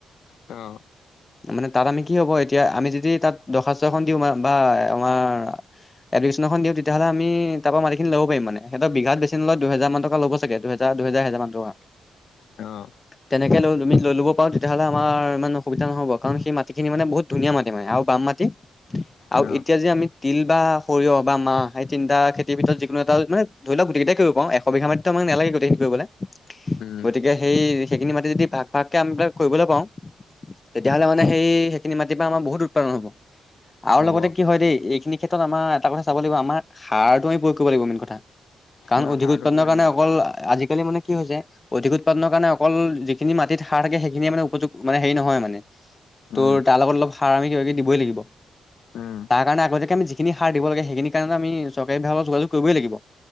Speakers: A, on the left; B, on the left.
A: অ
B: মানে তাত আমি কি হ'ব এতিয়া আমি যদি তাত দৰ্খাস্ত এখন দিও বা আমাৰ এপ্লিকেচন এখন দিও তেতিয়াহলে আমি তাৰপৰা মাটি লব পাৰিম মানে হঁতৰ বিঘাত বেছি নলয় দুহেজাৰমান টকা ল'ব ছাগে দুহেজাৰ দুহেজাৰ এহেজাৰমান টকা
A: অ
B: তেনেকে লৈ তুমি লৈ ল'ব পাৰো তেতিয়াহলে আমাৰ ইমান অসুবিধা নহ'ব কাৰণ সেই মাটিখিনি মানে বহুত ধুনীয়া মাটি মানে আৰু বাম মাটি আৰু
A: ন
B: এতিয়া যে আমি তিল বা সঁৰিয়হ বা মাহ সেই তিনটা খেতিৰ ভিতৰত যি কোনো এটা মানে ধৰি লওক গোটেইকিটাই কৰিব পাৰো এশ বিঘা মাটিটো আমাক নালাগে গোটেইখিনি কৰিবলৈ
A: উম
B: গতিকে এই সেই সেইখিনি মাটি যদি ভাগ ভাগকে আমি বিলাক কৰিবলৈ পাওঁ তেতিয়াহ'লে মানে সেই সেইখিনি মাটিৰ পৰা আমাৰ বহুত উৎপাদন হ'ব আৰু
A: হ'ব
B: লগতে কি হয় দেই এইখিনি ক্ষেত্ৰত আমাৰ এটা কথা চাব লাগিব আমাৰ সাৰটো আমি প্ৰয়ো ক কৰিব লাগিব মেইন কথা কাৰণ
A: ন
B: অধিক
A: সাৰটোতো
B: উৎপাদনৰ
A: লাগিবই
B: কাৰণে আজিকালি মানে কি হৈছে অধিক উৎপাদনৰ কাৰণে অকল যিখিনি মাটিত সাৰ থাকে সেইখিনিয়ে মানে উপযোগ মানে হেৰি নহয় মানে ত'
A: উম
B: তাৰ লগত অলপ সাৰ আমি কিবা কিবি দিবই লাগিব
A: উম
B: তাৰ কাৰণে আগতীয়াকে আমি যিখিনি সাৰ দিব লাগে সেইখিনি কাৰণে আমি চৰকাৰী বিভাগক যোগযোগ কৰিবই লাগিব